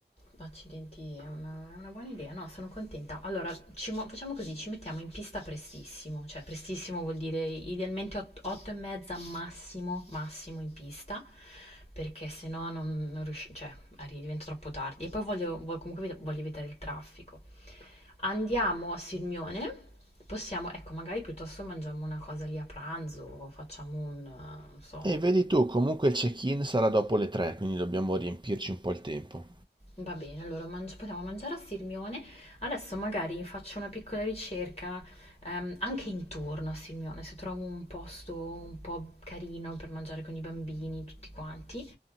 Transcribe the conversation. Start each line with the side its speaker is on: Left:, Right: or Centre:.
Left: Accidenti, è una, è una buona idea, no, sono contenta. Allora, ci mo- facciamo così, ci mettiamo in pista prestissimo, cioè prestissimo vuol dire idealmente 8 e mezza massimo, massimo in pista, perché se no non, non riusci- cioè, arri- diventa troppo tardi. E poi voglio, voglio- comunque evit- voglio evitare il traffico. Andiamo a Sirmione, possiamo, ecco, magari piuttosto mangiamo una cosa lì a pranzo, o facciamo un, eh, non so,
Right: E vedi tu, comunque il check-in sarà dopo le 3, quindi dobbiamo riempirci un po' il tempo.
Left: Va bene, allora mangi- possiamo mangiare a Sirmione. Adesso magari faccio una piccola ricerca ehm, anche intorno a Sirmione, se trovo un posto un po' carino per mangiare con i bambini, tutti quanti.